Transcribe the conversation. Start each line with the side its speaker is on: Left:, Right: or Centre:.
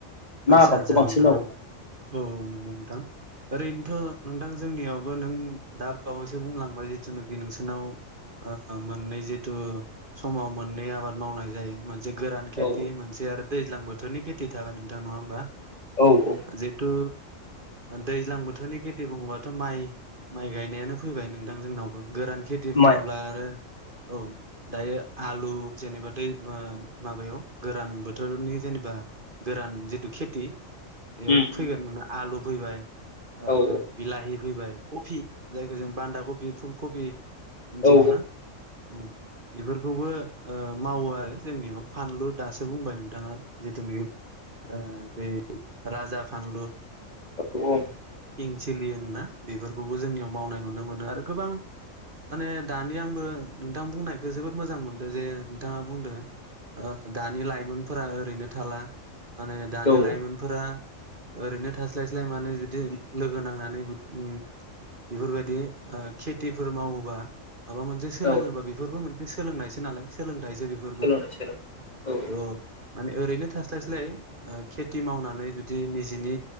Left: मा
Right: आतसा
Left: आबादखौ
Right: आतसा
Left: बांसिन
Right: नोंथां
Left: मावो?
Right: आं औ औ नंगौ नोंथां ओरैनोथ नोंथां जोंनियावबो नों दा बावैसो बुंलांबाय जिथुनोखि नोंसोरनाव ओ मोननै जिथु समाव मोननै आबाद मावनाय जायो मोनसे गोरान खेथि
Left: औ
Right: मोनसे आरो दैज्लां बोथोरनि खेथि थाबाय नोंथां नङा होमबा
Left: औ औ
Right: ओ जिहेथु दैज्लां बोथोरनि खेथि बुङोबाथ माइ माइ गायनायानो फैबाय नोंथां जोंनावबो गोरान खेथि बुङोब्ला
Left: माइ
Right: आरो औ दायो आलु जेनेबा दै ओ माबायाव गोरान बोथोरनि जेनेबा गोरान जितु खेथि बेयाव
Left: उम
Right: फैगोन
Left: उम
Right: माने आलु फैबाय ओ
Left: औ
Right: बिलाहि फैबाय कफि जायखौ जों बान्दा कबि फुल कबि मिथिगौ
Left: औ
Right: ना औ बेफोर खौबो मावो आरो जोंनियाव फानलु दासो बुंबाय नोंथाङा जिथुनोखि ओ बे राजा फानलु
Left: औ औ
Right: किं सिल्लि मोनोना बेफोरखौबो जोंनियाव मावनाय नुनो मोनो आरो गोबां माने दानि आंबो नोंथां बुंनायखो जोबोद मोजां मोनदो जे नोंथाङा बुंदों ओ दानि लाइमोनफोरा ओरैनो थाला माने दानि
Left: औ
Right: लाइमोनफोरा ओरैनो थास्लायस्लाय माने जुदि बिदि लोगो नांनानै बि ओम बेफोरबायदि ओ खेथिफोर मावोबा माबा मोनसे सोलोङोबा
Left: औ
Right: बेफोरबो मोनसे सोलोंनायसो नालाय सों थायसो बेफोरबो
Left: सोलोंनाय सोलों औ औ
Right: थह माने ओरैनो थास्लायस्लाय ओ खेथि मावनानै जुदि निजेनि